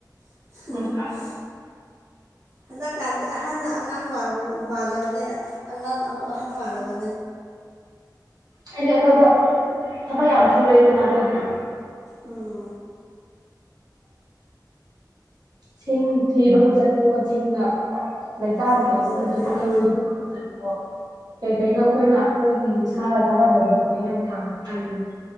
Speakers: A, on the right (about 40°); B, on the right (about 65°).
A: <unintelligible>
B: ꯎꯝ
A: ꯍꯟꯗꯛꯀꯥꯟꯗꯤ ꯑꯍꯟꯅ ꯑꯉꯥꯡ ꯃꯥꯜꯂꯕꯅꯦ ꯑꯉꯥꯡ ꯑꯃꯨꯛ ꯑꯍꯟ ꯃꯥꯜꯂꯕꯅꯦ
B: ꯑꯩꯗꯤ ꯑꯩꯈꯣꯏꯗ ꯊꯕꯛ ꯌꯥꯝ ꯁꯨꯔꯛꯏꯗꯅ ꯑꯗꯨꯅꯦ
A: ꯎꯝ
B: ꯆꯤꯡ ꯊꯤꯕꯕꯨ ꯆꯠꯄꯣꯋꯣ ꯆꯤꯡꯗ ꯂꯩꯇꯥꯟ
A: ꯑꯦꯛꯁꯀ꯭ꯌꯨꯁꯇꯣ
B: ꯀꯣꯠꯄꯕꯨ
A: ꯑꯩꯈꯣꯏꯒꯤ
B: ꯆꯠꯄꯣ ꯊꯔꯣꯏ ꯈꯨꯟꯕ ꯑꯣ ꯀꯩꯀꯩꯅꯣ ꯑꯩꯈꯣꯏꯅ ꯑꯩꯈꯣꯏꯒꯤ ꯏꯁꯥꯒ ꯆꯥꯟꯅꯖꯕ ꯀꯩꯀꯩꯅꯣ ꯌꯥꯝ ꯊꯥꯡꯉꯛꯇꯥꯏꯅꯦ